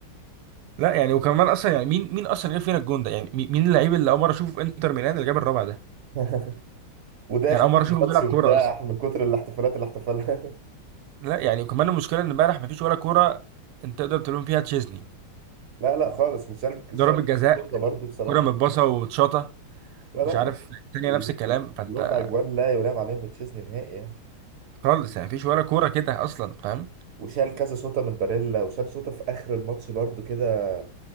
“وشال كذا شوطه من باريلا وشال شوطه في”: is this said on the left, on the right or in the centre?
Right